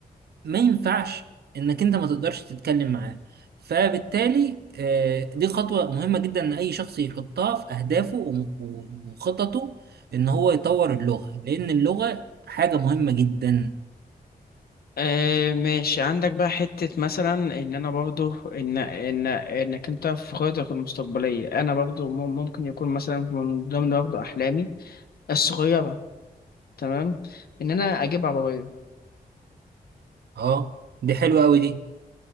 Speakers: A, on the right; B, on the left.
A: ما ينفعش انك انت ما تقدرش تتكلم معاه فبالتالي آه، دي خطوة مهمة جدا ان اي شخص يحطها في اهدافه وم- وخططه ان هو يطور اللغة لان اللغة حاجة مهمة جدا
B: آه ماشي عندك بقى حتة مثلا ان انا برضو ان ان انك انت في خططك المستقبلية انا برضو مم- ممكن يكون مثلا من ضمن برضو احلامي الصغيرة تمام ان انا اجيب عربية
A: اه دي حلوة قوي دي